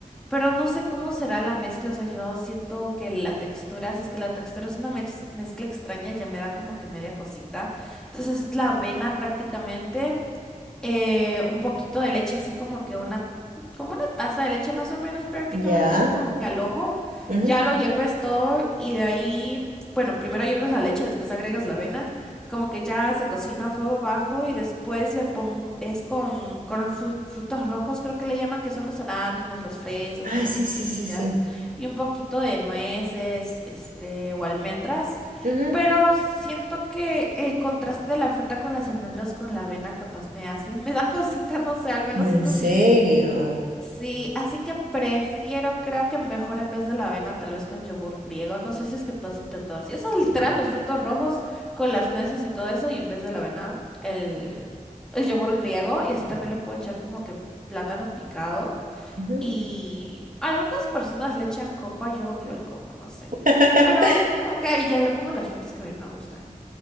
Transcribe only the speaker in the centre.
pero no sé cómo será la mezcla, o sea, yo siento que la textura, si es que la textura es una mex- mezcla extraña, ya me da como que media cosita. Entonces es la avena prácticamente, eh, un poquito de leche, así como que una, como una taza de leche más o menos, prácticamente
así como que al ojo.
Ya lo hierves todo y de ahí, bueno, primero hierves la leche, después agregas la avena, y como que ya se cocina a fuego bajo y después le pongo, es con, con fru- frutos rojos, creo que le llaman, que son los arándanos, las fresas,
no las
frutillas,
y un poquito de nueces, este, o almendras.
Pero siento que el contraste de la fruta con las almendras con la avena capaz me hace, <laughs> me da cosita, no sé, al menos
siento
así. Sí, así que prefiero, creo que mejor en vez de la avena, tal vez con yogur griego. No sé si es que tú has intentado así. O sea, literal, los frutos rojos con las nueces y todo eso, y en vez de la avena, el, el yogur griego. Y así también le puedo echar como que plátano picado.
Y algunas personas le echan coco, yo odio el coco, no sé.
Pero como que ahí ya le pongo las frutas que a mí me gustan.